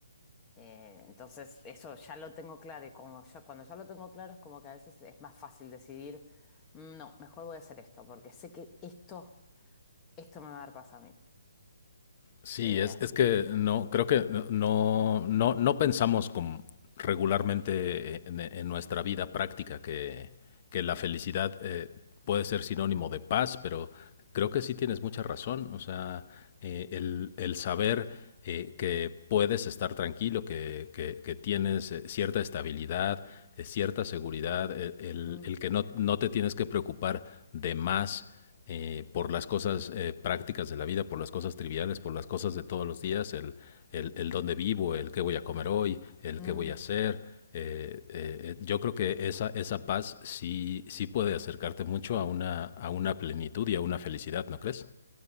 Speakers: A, on the left; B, on the left.
A: Eh, entonces, eso ya lo tengo claro. Y como ya, cuando ya lo tengo claro, es como que a veces es más fácil decidir, "Mm, no, mejor voy a hacer esto, porque sé que esto, esto me va a dar paz a mí.
B: Sí,
A: Eh,
B: es,
A: así
B: es que
A: que.
B: no, creo que no, no, no no pensamos como regularmente eh, en, en nuestra vida práctica que, que la felicidad eh, puede ser sinónimo de paz, pero creo que sí tienes mucha razón. O sea, eh, el, el saber eh, que puedes estar tranquilo, que, que, que tienes eh, cierta estabilidad, eh, cierta seguridad, eh, el,
A: mm,
B: el que no, no te tienes que preocupar de más eh, por las cosas eh, prácticas de la vida, por las cosas triviales, por las cosas de todos los días, el, el, el dónde vivo, el qué voy a comer hoy, el
A: mm.
B: qué voy a hacer. Eh, eh, yo creo que esa, esa paz sí, sí puede acercarte mucho a una, a una plenitud y a una felicidad, ¿no crees?